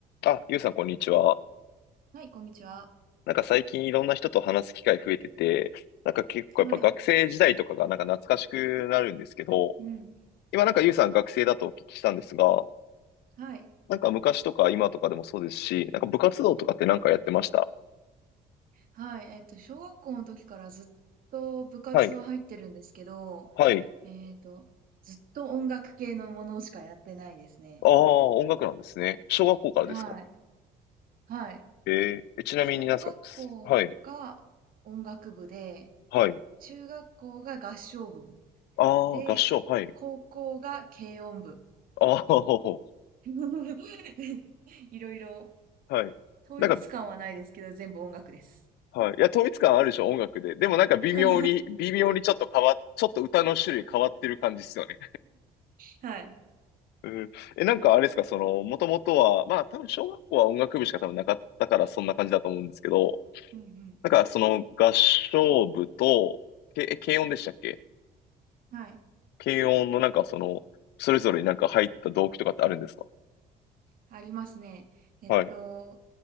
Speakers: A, on the left; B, on the right.
A: あ、ゆうさん、こんにちは。
B: はい、こんにちは。
A: なんか最近いろんな人と話す機会増えてて、なんか結構やっぱ学生時代とかがなんか懐かしくなるんですけど、
B: はい。うん。
A: 今なんかゆうさん学生だとお聞きしたんですが、
B: はい。
A: なんか昔とか今とかでもそうですし、なんか部活動とかってなんかやってました
B: はい。えっと、小学校の時からずっと部活は入ってるんですけど、
A: はい、はい。
B: えっと、ずっと音楽系のものしかやってないですね。
A: ああ、音楽なんですね。小学校からですか
B: はい。はい。
A: えー、えちなみになんですかすはい、
B: 小学校が音楽部で、
A: はい。
B: 中学校が合唱部
A: ああ、
B: で、
A: 合唱、はい。
B: 高校が軽音部。
A: ああ、<laughs>
B: <laughs> でいろいろ、
A: はい。
B: 統一感はないですけど、
A: なんか
B: 全部音楽です。
A: はい。いや、統一感あるでしょ、音楽で。でもなんか微妙に、
B: <laughs>
A: 微妙にちょっと変わっ、ちょっと歌の種類変わってる感じですよね。
B: はい。
A: うん。え、なんかあれですか、その、もともとは、まあ多分小学校は音楽部しか多分なかったからそんな感じだと思うんですけど、
B: うんうん。
A: なんかその合唱部と、け、え軽音でしたっけ
B: はい。
A: 軽音のなんかその、それぞれになんか入った動機とかってあるんですか
B: ありますね。えっと、
A: はい。